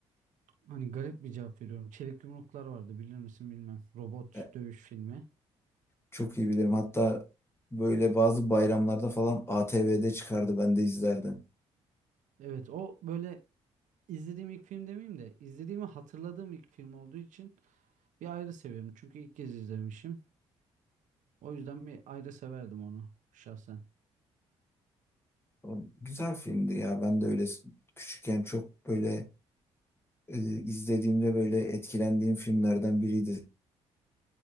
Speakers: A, on the right; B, on the left.
A: hani garip bir cevap veriyorum. Çelik Yumruklar vardı bilir misin bilmem. Robot
B: E,
A: dövüş filmi.
B: çok iyi bilirim. Hatta böyle bazı bayramlarda falan ATV'de çıkardı ben de izlerdim.
A: Evet o böyle İzlediğim ilk film demeyeyim de izlediğimi hatırladığım ilk film olduğu için bir ayrı seviyorum. Çünkü ilk kez izlemişim. O yüzden bir ayrı severdim onu şahsen.
B: O güzel filmdi ya. Ben de öyle küçükken çok böyle e, izlediğimde böyle etkilendiğim filmlerden biriydi.